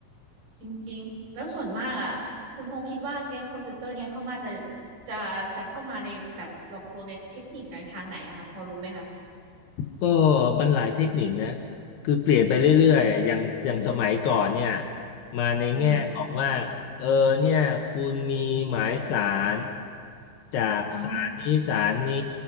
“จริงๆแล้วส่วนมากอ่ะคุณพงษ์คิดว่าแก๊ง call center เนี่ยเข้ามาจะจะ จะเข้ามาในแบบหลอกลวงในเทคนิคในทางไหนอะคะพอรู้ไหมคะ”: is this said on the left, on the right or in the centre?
Right